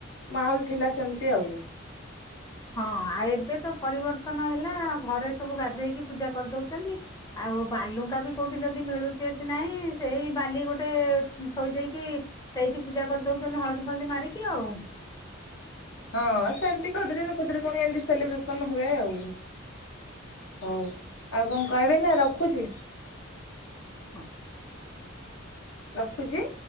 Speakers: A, on the left; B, on the left.
A: ମାହୋଲ ଥିଲା ସେମିତି ଆଉ।
B: ହଁ ଆଉ ଏବେ ତ ପରିବର୍ତ୍ତନ ହେଲା ଆଉ ଘରେ ସବୁ ଗାଧେଇକି ପୂଜା କରିଦଉଛନ୍ତି। ଆଉ ବାଲୁଙ୍କା ବି କୋଉଠି ଯଦି ମିଳୁଛି ଏଠି ନାହିଁ ସେଇ ବାଲି ଗୋଟେ ଥୋଇ ଦେଇକି ସେଇଠି ପୂଜା କରିଦଉଛନ୍ତି ହଳଦୀ ଫଳଦୀ ମାରିକି ଆଉ।
A: ହଁ ଏ ସେମିତି ଖୁଦୁରୁକୁଣୀ ଫୁଦୁରୁକୁଣୀ ଏମିତି ସେଲିବ୍ରେସନ୍ ହୁଏ ଆଉ। ହଉ ଆଉ କଣ କହିବେ ନା ରଖୁଛି।
B: ହଁ।
A: ରଖୁଛି।